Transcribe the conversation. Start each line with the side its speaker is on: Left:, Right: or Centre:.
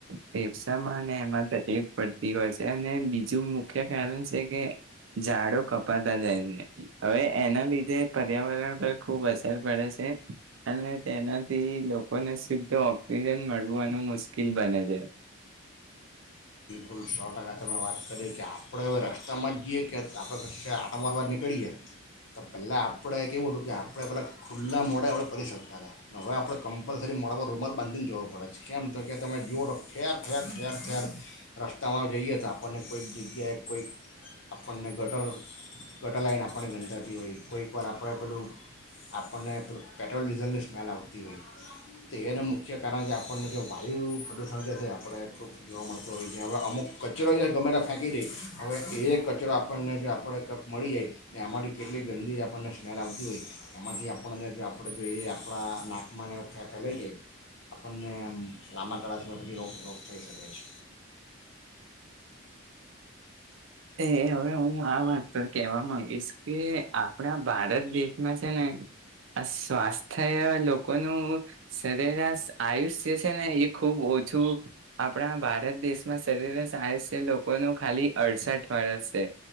Right: ફેફસામાં એમાં તકલીફ પડતી હોય છે અને બીજું મુખ્ય કારણ છે કે ઝાડો કપાતા જાય છે હવે એના લીધે પર્યાવરણ પર ખુબ અસર પડે છે અને તેનાથી લોકોને શુદ્ધ ઓક્સિજન મળવાનું મુશ્કેલ બને છે.
Left: તો સો ટકા તમે વાત કરી કે આપણે હવે રસ્તામાં જઈએ કે આપણે કસે આટા મારવાર નીકળીએ તો પહેલાં આપણે કેવું હતું કે આપણે પહેલાં ખુલ્લા મોડા હુધી ફરી શકતા હતા હવે આપણે કમ્પલસરી મોડા પર રૂમલ બાંધીને જવું પડે છે કેમ તો કે તમે જુઓ તોો ઠેર ઠેર ઠેર ઠેર રસ્તામાં જઈએ તો આપણને કોઈક જગ્યાએ કોઈક આપણને ગટર ગટર લાઈન આપણને ગંંધાતી હોય કોઈકવાર આપણે પેલું આપણને પેલું પેટ્રોલ ડીઝલની સ્મેલ આવતી હોય તો એનું મુખ્ય કારણ કે આપણને જે વાયુ પ્રદૂષણ છે છે આપણે ખૂબ જોવા મળતું હોય. જે હવે અમુક કચરો જે ગમે તે ફેંકી દે હવે એ કચરો આપણને જો આપણે કપ મળી જાય ને એમાંથી કેટલી ગંદી આપણને સ્મેલ આવતી હોય એમાંથી આપણને આપણે એ આપણા નાકમાંને ફે ફેંકલાઈ જાય આપણને લાંબા ગાળા સમય પછી રોગ રોગ થઈ શકે છે.
Right: એ હવે હું આ વાત પર કેહેવા માંગીશ કે આપણા ભારત દેશમાં છે ને આ સ્વાસ્થ્ય થ લોકોનું સરેરાશ આયુષ જે છે ને એ ખુબ ઓછું આપણા ભારત દેશમાં સરેરસ આયુષ્ય લોકોનું ખાલી અડસઠ ફરસે